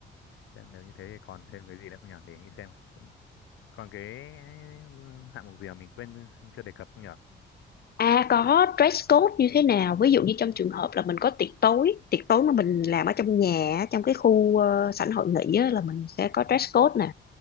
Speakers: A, on the left; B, on the left.
A: Thế nếu như thế thì còn thêm cái gì nữa không nhở để nghĩ xem Cũng- còn cái ừ, hạng mục gì mà mình quên chưa đề cập không nhở
B: à có dress code như thế nào ví dụ như trong trường hợp là mình có tiệc tối tiệc tối mà mình làm ở trong nhà á, trong cái khu ờ, sảnh hội nghị á, là mình sẽ có dress code